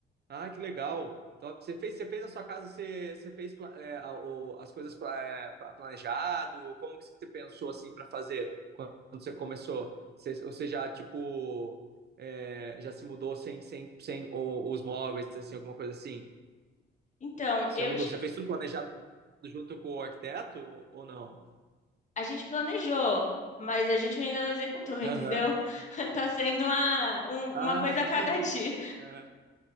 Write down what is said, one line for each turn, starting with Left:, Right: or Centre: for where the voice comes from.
Right: Ah, que legal. Top. Você fez, você fez na sua casa, você, você fez pla- é, a- o- as coisas pla- é, pla- planejado? Como que você pensou assim para fazer quando você começou? Você, ou você já, tipo, é, já se mudou sem, sem, sem o- os móveis, assim, alguma coisa assim?
Left: Então,
Right: Você
Left: eu
Right: já mudou?
Left: ti-
Right: Você já fez tudo planejado junto com o arquiteto ou- não?
Left: A gente planejou, mas a gente ainda não executou, entendeu?
Right: Aham.
Left: <laughs> Tá sendo uma, um-
Right: Ah,
Left: uma coisa
Right: <laughs> entendi.
Left: a cada dia.
Right: Aham.